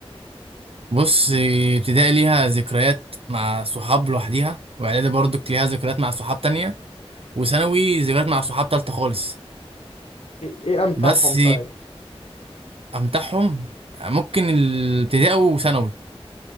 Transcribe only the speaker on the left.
ايه, إيه امتعهم
طيب